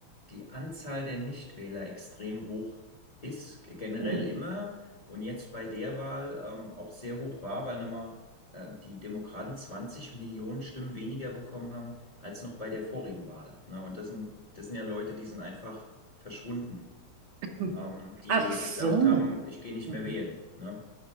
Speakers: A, on the left; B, on the right.
A: die Anzahl der Nichtwähler extrem hoch ist, ge- generell
B: Mhm.
A: immer und jetzt bei der Wahl ähm, auch sehr hoch war, weil nochmal äh, die Demokraten 20 Millionen Stimmen weniger bekommen haben als noch bei der vorigen Wahl. Ne? Und das sind, das sind ja Leute, die sind einfach verschwunden,
B: Hm.
A: ähm, die
B: Ach so.
A: gedacht haben, ich gehe nicht
B: Mhm.
A: mehr wählen. Ne?